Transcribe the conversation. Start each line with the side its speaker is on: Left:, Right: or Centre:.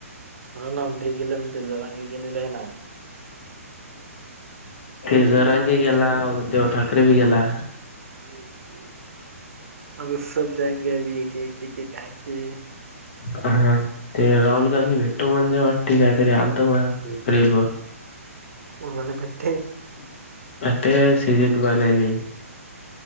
Right: हो ना. ते गेले ना. ते जरांगे गेलेले आहे ना? <inaudible>
Left: ते जरांगे गेला, उद्धव ठाकरे बी गेला.
Right: अभी सब जायेंगे अभी एक एक एक- आके
Left: हं. ते राहुल गांधी भेटतो म्हणजे वाटते काय तरी आलत बुवा रिलवर.
Right: <unintelligible>
Left: <unintelligible>